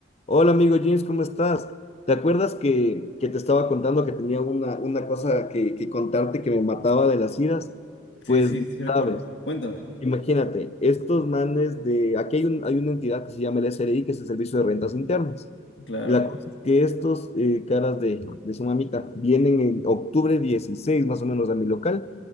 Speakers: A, on the left; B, on the left.
A: Hola amigo James, ¿cómo estás? ¿Te acuerdas que, que te estaba contando que tenía una, una cosa que, que contarte que me mataba de las iras?
B: Sí,
A: Pues
B: sí,
A: no
B: sí recuerdo.
A: sabes.
B: Cuéntame.
A: Imagínate, estos manes de, aquí hay, un, hay una entidad que se llama el SRI, que es el Servicio de Rentas Internas.
B: Claro.
A: La cosa es que estos eh, caras de, de su mamita vienen en octubre 16 más o menos a mi local